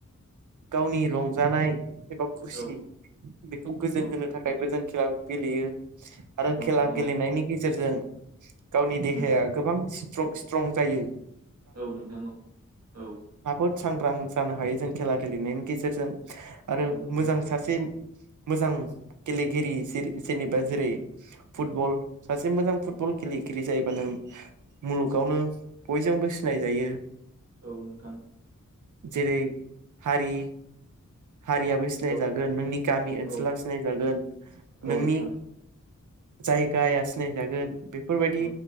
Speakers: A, on the right; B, on the right.
A: गावनि रंजानाय एबा खुसि
B: औ
A: बेखौ गोजोन
B: औ
A: होनो थाखायबो जों खेला गेलेयो आरो
B: औ
A: खेला
B: नोंथां
A: गेलेनायनि
B: औ
A: गेजेरजों गावनि देहाया
B: उम
A: गोबां स्ट्रं जायो
B: औ नोंथां औ
A: बोहुद सांग्रां जानो हायो जों खेला गेलेनायनि गेजेरजों आरो
B: औ नोंथां
A: मोजां सासे मोजां गेलेगिरि जे जेनेबा जेरै फुटबल सासे मोजां फुटबल गेले गिरि जायोबा नों मुलुगावनो बयजोंबो सिनायजायो
B: औ नोंथां
A: जेरै हारि हारियाबो सिनायजागोन
B: औ
A: नोंनि गामि
B: औ
A: ओनसोलााव सिनायजागोन
B: औ
A: नोंनि
B: नोंथां
A: जायगाया सिनायजागोन बेफोरबायदि
B: औ